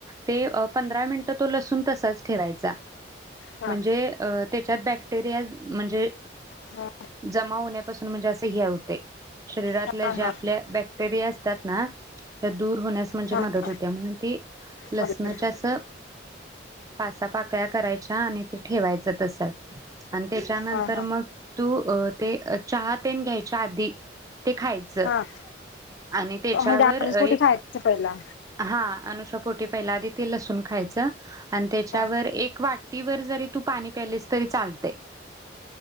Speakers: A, on the right (about 20°); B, on the left (about 75°).
A: ते पंधरा मिनिटं तो लसून तसाच ठेवायचा.
B: हां
A: म्हणजे अ त्याच्यात बॅक्टेरिया म्हणजे
B: हां
A: जमा होण्यापासून म्हणजे असे हे होतेय. शरीरातल्या
B: हां
A: ज्या
B: हां
A: आपल्या बॅक्टेरिया. त्यात ना त्यात दूर होण्यास मनजे
B: हां
A: मदत
B: हां
A: होते म्हणून ति लसणाची
B: हां
A: अस पाच सहा पाक काय करायच्या आणि ठेवायच तसच. आणि त्याच्यानंतर
B: हां
A: मग तू, <unintelligible> ते चहा तेन घ्यायचे. आधी. ते खायचं
B: हां हां
A: आणि त्याच्यावर
B: म्हणजे
A: एक
B: अनसपोटी खायचं पहिला
A: हा अनुषापोट पहिल आधी ते लसून खायच. आणि त्याच्यावर
B: हां
A: एक वाटीवर जरी, तू पाणी प्यालेस तरी चालते.